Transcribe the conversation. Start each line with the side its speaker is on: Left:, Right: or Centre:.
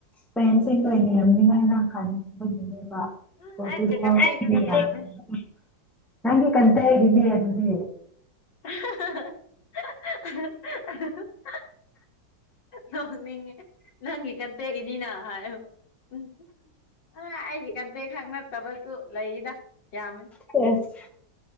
Centre: ꯐꯦꯟꯁꯤꯡꯗꯣ <unintelligible> ꯈꯟꯕꯒꯤꯅꯦꯕ <unintelligible>
Left: ꯎꯝ ꯑꯩꯒꯤ ꯀꯟꯇꯦꯛꯇꯨꯗꯤ ꯌꯥꯝꯃꯦ
Centre: ꯀꯟꯇꯦꯒꯤꯅꯦ ꯑꯗꯨꯗꯤ
Left: <unintelligible> ꯅꯣꯛꯅꯤꯡꯉꯦ ꯅꯪꯒꯤ ꯀꯟꯇꯒꯤꯅꯤꯅ ꯍꯥꯏ ꯎꯝ ꯑ ꯑꯩꯒꯤ ꯀꯟꯇꯦꯛ ꯈꯛ ꯅꯠꯇꯕꯁꯨ ꯂꯩꯗ ꯌꯥꯝꯃꯦ
Centre: ꯁꯦꯁ